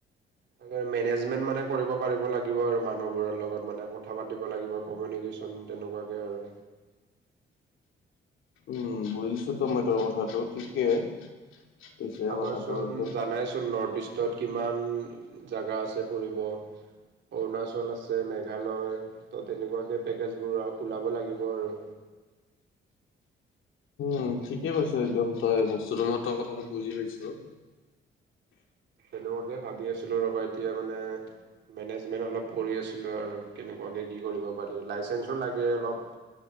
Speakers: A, on the right; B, on the left.
A: মানে মেনেজমেন্ট মানে কৰিব পাৰিব লাগিব আৰু মানুহবোৰৰ লগত মানে কথা পাতিব লাগিব। কমিউনিকেশ্যন তেনেকুৱাকে আৰু।
B: উম। বুজিছোঁ ত' মই তোৰ কথাটো ঠিকে। পিছে
A: আমাৰচোন
B: কথাটো একদম
A: জানাইচোন নৰ্থ ইষ্টত কিমান জগা আছে ফুৰিব। অৰুণাচল আছে, মেঘালয় ত' তেনেকুৱাকে পেকেজবোৰ ওলাব লাগিব আৰু।
B: উ ঠিকে কৈছো একদম তই বস্তুতো মই তই কথাটো বুজি পাইছো।
A: সেনেকুৱাকে ভাবি আছিলো ৰবা এতিয়া মানে মেনেজমেণ্ট অলপ কৰি আছিলোঁ আৰু কেনেকুৱাকৈ কি কৰিব পাৰি। লাইচেঞ্চো লাগে অলপ